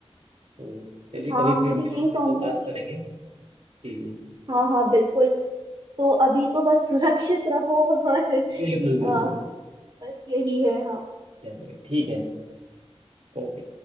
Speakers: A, on the right (about 75°); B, on the right (about 50°).
A: तो चलिए
B: हाँ
A: कभी
B: मैं
A: फिर मिलेंगे
B: भी यही कहूंगी
A: तो बात
B: कि
A: करेंगे जी
B: हाँ हाँ बिल्कुल तो अभी तो बस सुरक्षित रहो और
A: बिल्कुल बिल्कुल
B: अ,
A: बिल्कुल
B: बस यही है हाँ
A: चलिए ठीक है ओके